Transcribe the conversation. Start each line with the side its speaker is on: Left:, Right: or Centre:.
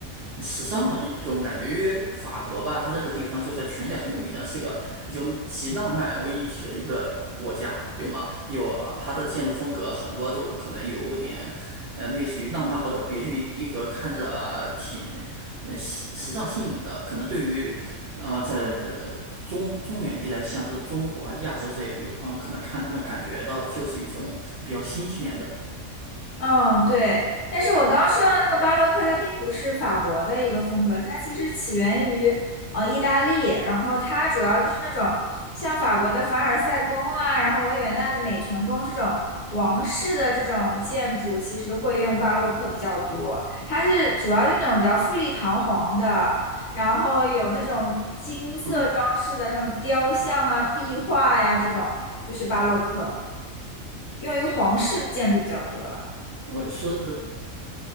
Right: 时尚的一种感觉。因为法国吧，它这个地方就在全世界很有名的，是个就集浪漫为一体的一个国家，对吗？有啊它的建筑风格很多就可能有点。呃，类似于浪漫或者别具一格，看着挺呃时时尚新颖的。可能对于呃在呃中中原地带，像是中国啊、亚洲这些地方，可能看他们感觉到就是一种比较新鲜的。
Left: 嗯，对，但是我刚刚说到那个巴洛克，它并不是法国的一个风格，它其实起源于呃意大利，然后它主要就是那种像法国的凡尔赛宫啊，然后维也纳的美泉宫这种王室的这种建筑，其实会用巴洛克比较多。它是主要就那种比较富丽堂皇的，然后有那种金色装饰的那种雕像啊、
Right: 嗯，
Left: 壁画呀、这种，就是巴洛克，用于皇室建筑比较多了。
Right: 我说这个。